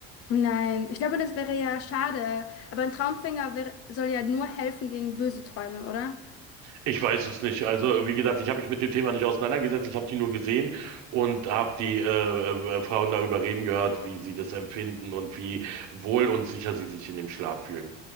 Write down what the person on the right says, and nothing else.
Ich weiß es nicht. Also, wie gesagt, ich habe mich mit dem Thema nicht auseinandergesetzt. Ich habe die nur gesehen und habe die äh, äh, Frauen darüber reden gehört, wie sie das empfinden und wie wohl und sicher sie sich in dem Schlaf fühlen.